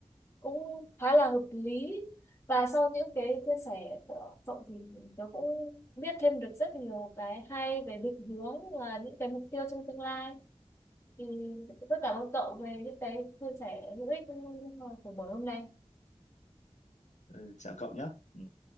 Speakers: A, on the left; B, on the left.
A: cũng khá là hợp lý và sau những cái chia sẻ của cậu thì tớ cũng biết thêm được rất nhiều cái hay về định hướng và những cái mục tiêu trong tương lai thì rất cảm ơn cậu về những cái chia sẻ hữu ích của buổi hôm nay.
B: Ừ, chào cậu nhé Ừ.